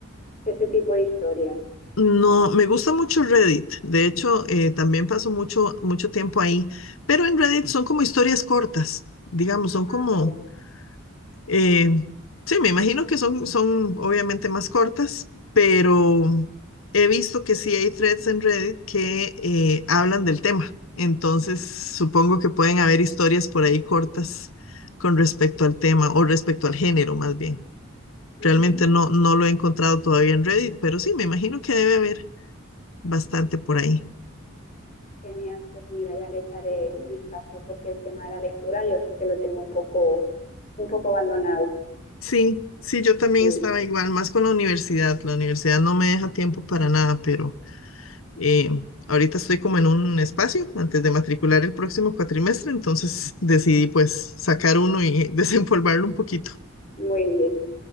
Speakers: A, on the left (about 40°); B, on the left (about 80°).
A: ese tipo de historias.
B: No, me gusta mucho Reddit. De hecho, eh, también paso mucho, mucho tiempo ahí. Pero en Reddit son como historias cortas, digamos,
A: Ah,
B: son como,
A: vale.
B: eh, sí, me imagino que son, son obviamente más cortas, pero he visto que sí hay threads en Reddit que eh, hablan del tema. Entonces, supongo que pueden haber historias por ahí cortas con respecto al tema o respecto al género, más bien.
A: Ujú.
B: Realmente no, no lo he encontrado todavía en Reddit, pero sí, me imagino que debe haber bastante por ahí.
A: Genial, pues mira, ya le echaré un vistazo porque el tema de la lectura yo sí que lo tengo un poco, un poco abandonado.
B: Sí, sí, yo también
A: Y-
B: estaba igual, más con la universidad. La universidad no me deja tiempo para nada, pero eh, ahorita estoy como en un espacio antes de matricular el próximo cuatrimestre, entonces decidí pues sacar uno y <laughs> desempolvarlo un poquito.
A: muy bien.